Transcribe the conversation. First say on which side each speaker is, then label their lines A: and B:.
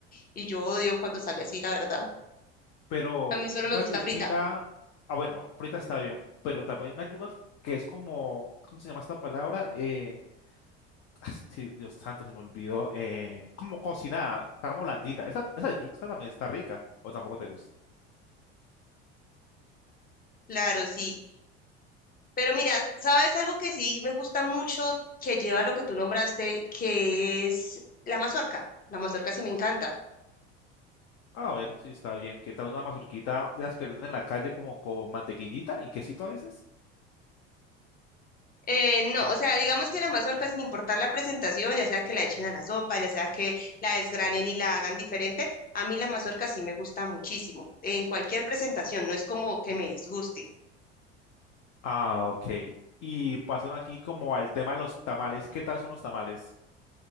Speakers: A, on the left; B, on the left.
A: y yo odio cuando sale así, la verdad.
B: Pero
A: A mí solo
B: una
A: me gusta
B: yuquita,
A: frita,
B: ah, bueno, frita está bien, pero también una yuca que es como, ¿cómo se llama esta palabra? Eh, ah, sí, Dios santo, se me olvidó. eh, como cocinada, está como blandita. Esa, esa yuca también está rica, o tampoco te gusta.
A: claro, sí. Pero mira, ¿sabes algo que sí me gusta mucho que lleva lo que tú nombraste, que es la mazorca? La mazorca sí me encanta.
B: A ver, sí, está bien. ¿Qué tal una mazurquita de esas que venden en la calle como con mantequillita y quesito a veces?
A: Eh, no, o sea, digamos que la mazorca, sin importar la presentación, ya sea que la echen a la sopa, ya sea que la desgranen y la hagan diferente, a mí la mazorca sí me gusta muchísimo, en cualquier presentación, no es como que me disguste,
B: Ah, ok. Y pasando aquí como al tema de los tamales. ¿Qué tal son los tamales?